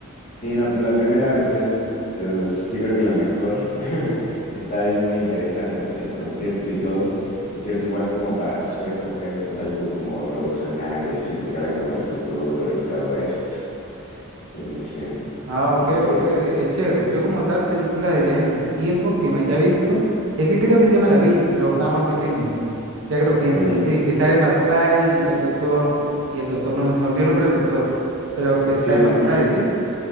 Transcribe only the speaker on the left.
Sí, no, pues la primera, pues es, es yo creo que la mejor. <laughs> Está ahí muy interesante, pues el concepto y todo. Y creo que igual como para su época es pues algo como revolucionario y así, porque habla como del futuro y todo esto. Sí, sí, sí.
No sé.
Ujú.
Oye.
Sí,
sí,
sí.